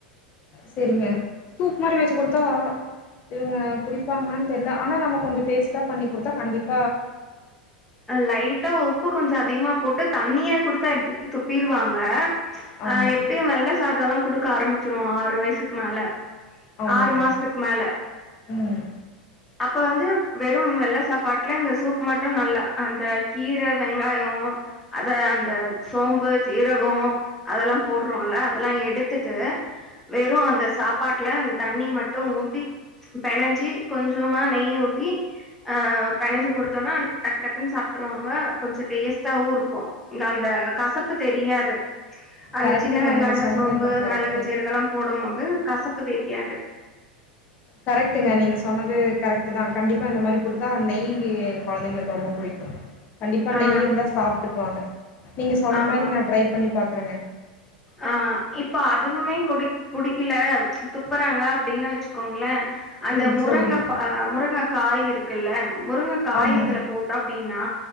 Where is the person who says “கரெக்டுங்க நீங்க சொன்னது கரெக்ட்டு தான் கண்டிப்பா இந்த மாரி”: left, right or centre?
Left